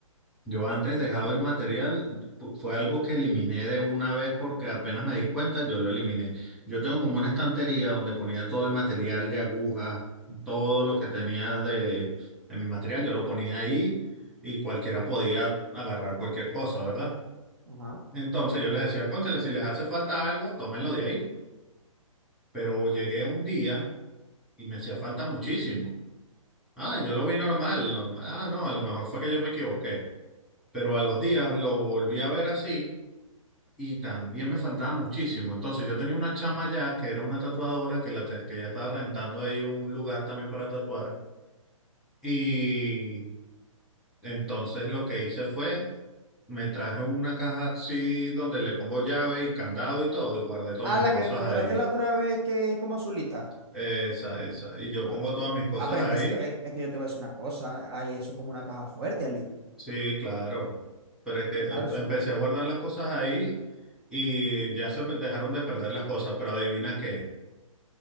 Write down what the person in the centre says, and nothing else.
Yo antes dejaba el material, pu- fue algo que eliminé de una vez porque apenas me di cuenta, yo lo eliminé. Yo tengo como una estantería donde ponía todo el material de agujas, todo lo que tenía de, de mi material, yo lo ponía ahí y cualquiera podía agarrar cualquier cosa, ¿verdad?
Entonces yo les decía, cónchale, si les hace falta algo, tómenlo de ahí. Pero llegué un día y me hacía falta muchísimo. Ah, yo lo vi normal, normal. Ah, no, a lo mejor fue que yo me equivoqué. Pero a los días lo volví a ver así y también me faltaba muchísimo. Entonces yo tenía una chama ya que era una tatuadora que, la te- que ya estaba rentando ahí un lugar también para tatuar. Y entonces lo que hice fue, me traje una caja así donde le pongo llave y candado y todo y guardé todas
mis
cosas
ahí.
Esa, esa. Y yo
pongo
todas mis cosas
ahí
Sí, claro. Pero es que
au-
empecé a guardar las cosas ahí y ya se pe- dejaron de perder las cosas, pero adivina qué,